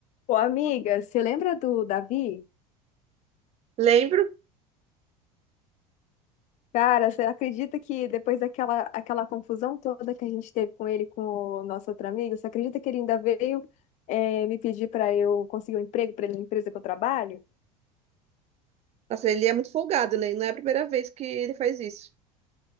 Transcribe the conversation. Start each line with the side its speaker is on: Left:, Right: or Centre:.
Left: Pô, amiga, você lembra do Davi?
Right: Lembro.
Left: Cara, você acredita que depois daquela aquela confusão toda que a gente teve com ele, com o nosso outro amigo, você acredita que ele ainda veio eh, me pedir para eu conseguir um emprego para ele na empresa que eu trabalho?
Right: Nossa, ele é muito folgado, né? Não é a primeira vez que ele faz isso.